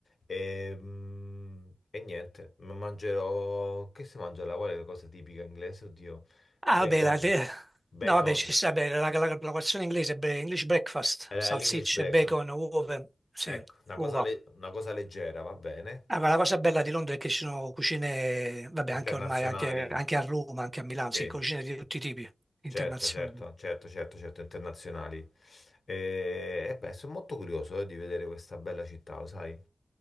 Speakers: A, on the left; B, on the right.
A: Ehm, E, niente, ma mangerò... Che si mangia là? Qual è la cosa tipica inglese? Oddio.
B: Ah,
A: Bacon,
B: vabbè, la, de-
A: bacon,
B: no, vabbè, ci sta, beh, la, la, la colazione inglese, beh, English breakfast,
A: Era
B: salsicce,
A: l'English breakfast.
B: bacon, uova, sì,
A: Ecco, una
B: uova.
A: cosa, le- una cosa leggera, va bene.
B: Ah, ma la cosa bella di Londra è che ci sono cucine, vabbè, anche
A: Internazionali,
B: ormai, anche, anche a Roma, anche a Milano,
A: sì,
B: sì, cucine di tutti i tipi, internazionali.
A: certo, certo, certo, certo, certo, internazionali. E, e beh, sono molto curioso, eh, di vedere questa bella città, lo sai.